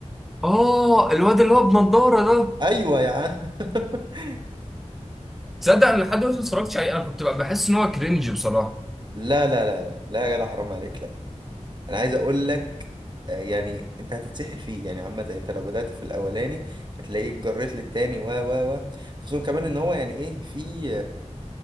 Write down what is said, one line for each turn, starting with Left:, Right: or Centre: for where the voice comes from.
Centre: اه الواد اللي هو بنضارة ده
Right: ايوه يا عم <laughs>
Centre: تصدق انا لحد دلوقتي ما اتفرجتش عليه انا كنت بقى بحس ان هو كرنج بصراحة
Right: لا لا لا لا لا يا جدع حرام عليك لا انا عايز اقول لك آه، يعني انت هتتسحل فيه يعني عامة انت لو بدأت في الاولاني هتلاقيك جريت للتاني و و و خصوصا كمان ان هو يعني ايه في